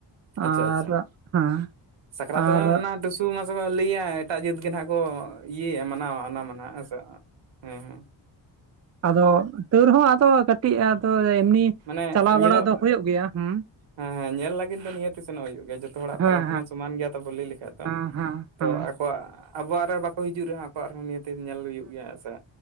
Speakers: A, on the right (about 75°); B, on the right (about 35°).
A: ᱟᱪᱪᱷᱟ
B: ᱟᱨ
A: ᱟᱪᱪᱷᱟ
B: ᱦᱮᱸ᱾
A: ᱥᱟᱠᱨᱟᱛ
B: ᱟᱨ
A: ᱨᱮᱢᱟ ᱱᱟ ᱴᱩᱥᱩ ᱢᱟᱥᱟ ᱠᱚ ᱞᱟᱹᱭᱟ ᱮᱴᱟᱜ ᱡᱟᱹᱛ ᱜᱮ ᱱᱟᱦᱟᱜ ᱠᱚ ᱤᱭᱟᱹᱭᱟ ᱢᱟᱱᱟᱣᱟ᱾ ᱚᱱᱟ ᱢᱟ ᱱᱟᱜ ᱦᱮᱸ ᱥᱮ? ᱦᱮᱸ ᱦᱮᱸ᱾
B: ᱟᱫᱚ ᱛᱟᱹᱣ ᱨᱮᱦᱚᱸ ᱟᱫᱚ ᱠᱟᱹᱴᱤᱡ ᱟᱫᱚ ᱮᱢᱱᱤ
A: ᱢᱟᱱᱮ
B: ᱪᱟᱞᱟᱣ
A: ᱧᱮᱞᱚᱜ
B: ᱵᱟᱲᱟ ᱫᱚ ᱦᱩᱭᱩᱜ ᱜᱮᱭᱟ᱾ ᱦᱮᱸ
A: ᱦᱮᱸ ᱦᱮᱸ ᱧᱮᱞ ᱞᱟᱹᱜᱤᱫ ᱫᱚ ᱱᱤᱦᱟᱹᱛᱤ ᱥᱮᱱᱚᱜ ᱦᱩᱭᱩᱜ ᱜᱮᱭᱟ ᱡᱷᱚᱛᱚ ᱦᱚᱲᱟᱜ
B: ᱦᱮᱸ
A: ᱯᱟᱨᱟᱵ ᱢᱟ ᱥᱚᱢᱟᱱ ᱜᱮᱭᱟ ᱛᱚ ᱵᱚ ᱞᱟᱹᱭ ᱞᱮᱠᱷᱟᱡ ᱫᱚ᱾
B: ᱦᱮᱸ ᱦᱮᱸ ᱦᱮᱸ᱾
A: ᱛᱚ ᱟᱠᱚᱣᱟᱜ ᱟᱵᱚᱣᱟᱜ ᱨᱮ ᱵᱟᱠᱚ ᱦᱤᱡᱩᱜ ᱨᱮᱦᱚᱸ ᱟᱠᱚᱣᱟᱜ ᱨᱮᱦᱚᱸ ᱱᱤᱦᱟᱹᱛᱮ ᱧᱮᱞ ᱦᱩᱭᱩᱜ ᱜᱮᱭᱟ ᱦᱮᱸ ᱥᱮ,